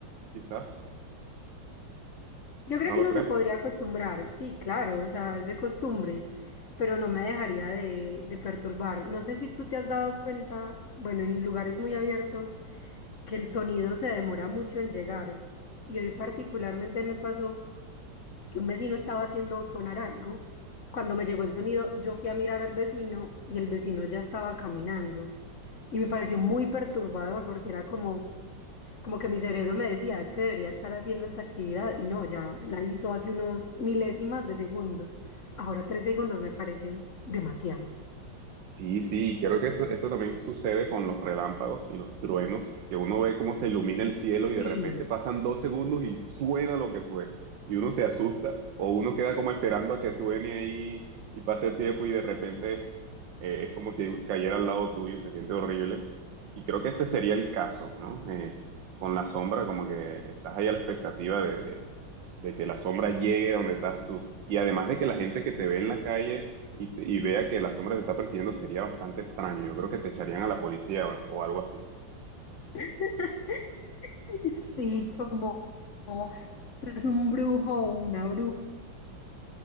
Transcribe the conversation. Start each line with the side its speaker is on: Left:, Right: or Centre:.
Right: quizás,
Left: yo creo
Right: ¿no
Left: que
Right: lo
Left: uno
Right: crees?
Left: se podría acostumbrar, sí, claro, o sea, es de costumbre pero no me dejaría de, de perturbar. No sé si tú te has dado cuenta, bueno, en lugares muy abiertos que el sonido se demora mucho en llegar. Y hoy particularmente me pasó que un vecino estaba haciendo sonar algo. Cuando me llegó el sonido, yo fui a mirar al vecino y el vecino ya estaba caminando. Y me pareció muy perturbador porque era como, como que mi cerebro me decía, es que debería estar haciendo esta actividad y no, ya la hizo hace unos milésimas de segundo. Ahora tres segundos me parece demasiado.
Right: Sí, sí, creo que esto, esto también sucede con los relámpagos y los truenos, que uno ve cómo se ilumina el cielo y de
Left: Sí.
Right: repente pasan dos segundos y suena lo que fue. Y uno se asusta o uno queda como esperando a que suene ahí y pase el tiempo y de repente eh, es como si cayera al lado tuyo, se siente horrible. Y creo que este sería el caso, ¿no? Eh, con la sombra, como que estás ahí a la expectativa de, de de que la sombra llegue a donde estás tú. Y además de que la gente que te ve en la calle y, te- y vea que la sombra te está persiguiendo sería bastante extraño. Yo creo que te echarían a la policía o, o algo así.
Left: <laughs> Sí, como, como, es un brujo o una bruja.